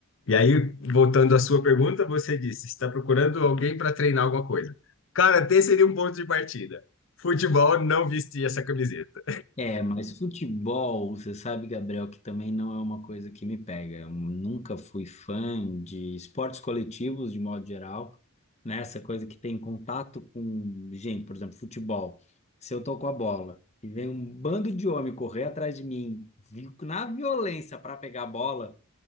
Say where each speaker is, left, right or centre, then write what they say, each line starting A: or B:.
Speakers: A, on the left; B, on the left.
A: E aí, voltando à sua pergunta, você disse: está procurando alguém para treinar alguma coisa. Karatê seria um ponto de partida. Futebol, não vestir essa camiseta.
B: É, mas futebol, você sabe, Gabriel, que também não é uma coisa que me pega. Eu nunca fui fã de esportes coletivos, de modo geral, né? Essa coisa que tem contato com gente, por exemplo, futebol. Se eu tô com a bola e vem um bando de homem correr atrás de mim, vi- na violência para pegar a bola,